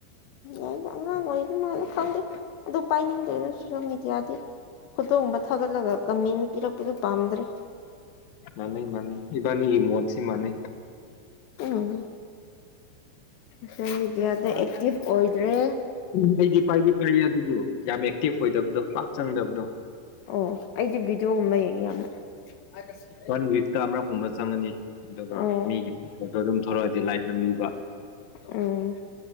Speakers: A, on the left; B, on the left.
A: ꯑꯩꯅ ꯑꯉꯥꯡ ꯑꯣꯏꯕꯅꯔ ꯈꯪꯗꯦ ꯑꯗꯨ ꯄꯥꯏꯅꯤꯡꯗ꯭ꯔꯦꯗ ꯁꯣꯁꯤꯌꯦꯜ ꯃꯦꯗꯤꯌꯥꯗꯤ ꯐꯣꯇꯣꯒꯨꯝꯕ ꯊꯥꯒꯠꯂꯒ ꯀꯝꯃꯦꯟ ꯄꯤꯔꯛꯄꯗꯨ ꯄꯥꯝꯗ꯭ꯔꯦ
B: ꯃꯥꯅꯩ ꯃꯥꯅꯩ ꯏꯕꯥꯅꯤꯒꯤ ꯃꯣꯠꯁꯤ ꯃꯥꯥꯅꯩ
A: ꯎꯝ ꯁꯣꯁꯤꯌꯦꯜ ꯃꯦꯗꯤꯌꯥꯗ ꯑꯦꯛꯇꯤꯐ ꯑꯣꯏꯗ꯭ꯔꯦ
B: ꯎ ꯑꯩꯗꯤ ꯄꯥꯏꯗꯤ ꯄꯥꯏꯌꯦ ꯑꯗꯨꯕꯨ ꯌꯥꯝ ꯑꯦꯛꯇꯤꯐ ꯑꯣꯏꯗꯕꯗꯣ ꯄꯥꯛ ꯆꯪꯗꯕꯗꯣ
A: ꯑꯣ ꯑꯩꯗꯤ ꯚꯤꯗꯤꯑꯣꯒꯨꯝꯕ ꯌꯦꯡꯉꯦ ꯌꯥꯝꯅ <inaudible>
B: ꯋꯥꯟ ꯋꯤꯛꯛꯇ ꯑꯃꯒꯨꯝꯕ ꯆꯪꯉꯅꯤ ꯑꯗꯨꯒ
A: ꯑꯣ
B: ꯃꯤꯒꯤ ꯐꯣꯇꯣ ꯑꯗꯨꯝ ꯊꯣꯂꯛꯑꯗꯤ ꯂꯥꯏꯛ ꯅꯝꯕꯤꯕ
A: ꯎꯝ